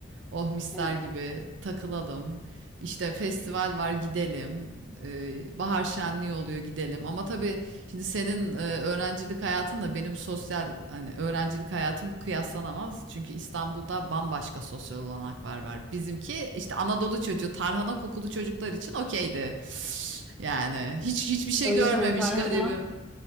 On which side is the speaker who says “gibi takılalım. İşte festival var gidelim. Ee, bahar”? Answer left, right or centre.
Right